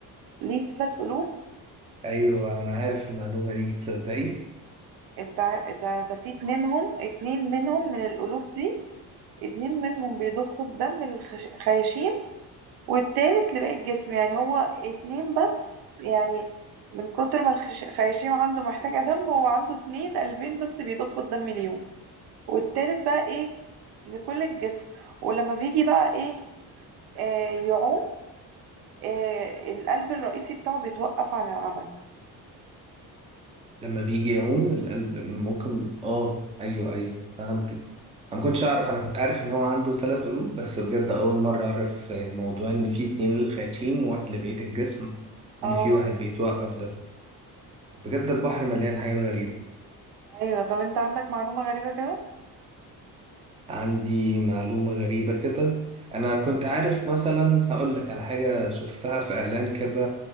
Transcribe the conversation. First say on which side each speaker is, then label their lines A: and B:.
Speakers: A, on the right; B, on the right.
A: ليه تلات قلوب
B: ايوه انا عارف المعلومة دي تصدقي
A: ده ده, ده في اتنينهم اتنين منهم من القلوب دي اتنين منهم بيضخوا الدم للخياشيم والتالت لباقي الجسم يعني هو اتنين بس يعني من كتر ما الخش- الخياشيم عنده محتاجة دم هو عنده اتنين قلبين بس بيضخوا الدم اليوم والتالت بقى ايه لكل الجسم ولما بيجي بقى ايه آه يعوم آه القلب الرئيسي بتاعه بيتوقف عن العمل
B: لما بيجي يعوم القلب ممكن اه ايوه ايوه فهمتك انا ما كنتش اعرف انا كنت عارف ان هو عنده ثلاث قلوب بس بجد اول مره اعرف موضوع ان في اتنين للخياشيم وواحد لبقيه الجسم وان
A: اه
B: في واحد بيتوقف ده بجد البحر مليان حاجات غريبه
A: ايوه طب انت عندك معلومة غريبة كده
B: عندي معلومة غريبة كده أنا كنت عارف مثلا هقول لك على حاجة شفتها في إعلان كده